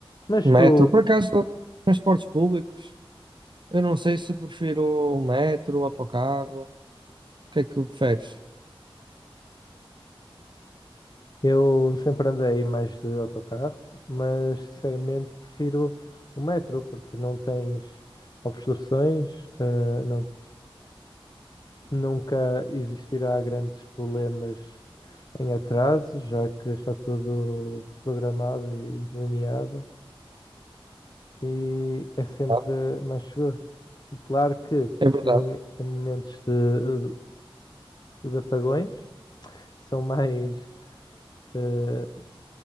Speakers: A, on the left (about 45°); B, on the right (about 55°).
A: Mas
B: metro.
A: tu,
B: Por acaso, transportes públicos? Eu não sei se prefiro o metro, o autocarro. O que é que preferes?
A: eu sempre andei mais de autocarro, mas sinceramente prefiro o metro, porque não tens obstruções, eh, não, nunca existirá grandes problemas em atraso, já que está tudo programado e delineado, e é sempre
B: Ah,
A: mais seguro. Claro que
B: É verdade.
A: em, momen- em momentos de, de- apagões são mais, eh,